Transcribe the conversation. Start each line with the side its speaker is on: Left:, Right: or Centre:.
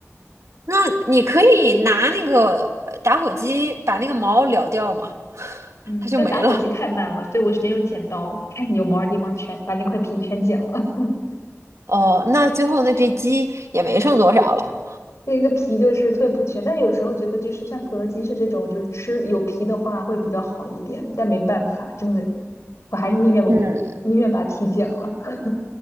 Right: 那你可以拿那个呃打火机把那个毛燎掉嘛，<laughs>
Left: 嗯，
Right: 它就没了。
Left: 但打火机太慢了，所以我直接用剪刀，看你有毛儿的地方全把那块皮全剪了。<laughs>
Right: 哦，那最后那这鸡也没剩多少了。
Left: 那个皮就是特别不全，但有时候觉得就是像格鸡是这种，就是吃有皮的话会比较好一点，但没办法，真的，我还是宁愿我宁愿把皮剪了。
Right: 嗯，
Left: <laughs>